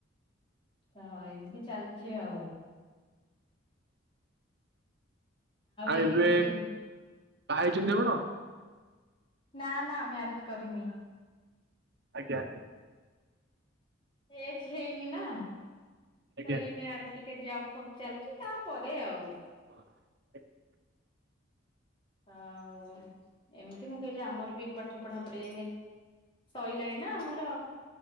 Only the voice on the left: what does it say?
ତ ଏମିତି ଚାଲ୍ଚି ଆଉ।
ଏଇନେ
କିଛି
ନା ନା ମାରେଟ କରିନି।
ଏଜ ହେଇନି ନା।
ହେଇନେ ଆଗ ଟିକ ଟ ଜପ୍ ଫପ୍ ଚାଲିଚି ତାପରେ ଆଉ।
ଆଉ ଏମିତି ମୁଁ କହିଲି ଆମର ବି ପାଠ ପଢା ପଢି ସୋଇଲାାଣି ନା ଆମର।